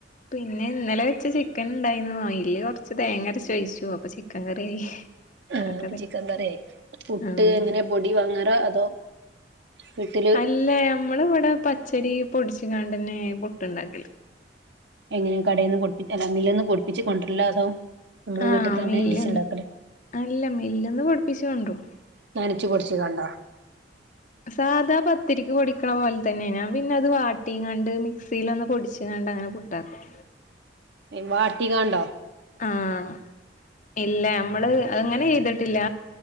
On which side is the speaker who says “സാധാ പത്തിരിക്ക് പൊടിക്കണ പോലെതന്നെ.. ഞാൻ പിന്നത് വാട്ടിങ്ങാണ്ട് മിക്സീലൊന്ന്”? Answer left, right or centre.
Left